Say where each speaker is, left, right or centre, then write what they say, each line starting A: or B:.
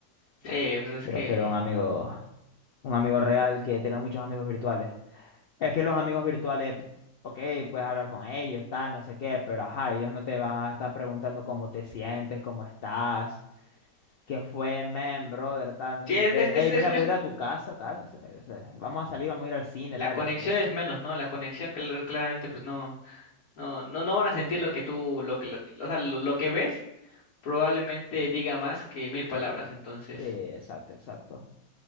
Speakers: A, on the left; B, on the left.
A: Sí, pues es
B: Prefiero
A: que.
B: un amigo, un amigo real que tener muchos amigos virtuales. Es que los amigos virtuales, ok, puedes hablar con ellos, tal, no sé qué, pero ajá, ellos no te van a estar preguntando cómo te sientes, cómo estás que fue, men, brother, tal, no
A: Sí,
B: sé
A: es,
B: qué. Hey,
A: es, es, es-
B: mira,
A: es-
B: puedo ir a tu casa, tal, no sé qué. o sea, vamos a salir, vamos a ir al cine,
A: La
B: tal.
A: conexión
B: no sé qué.
A: es menos, ¿no? La conexión, clar- claramente, pues no. No, no, no van a sentir lo que tú, lo que, lo, que- o sea, lo, lo que ves probablemente diga más que mil palabras. Entonces,
B: Sí, exacto, exacto,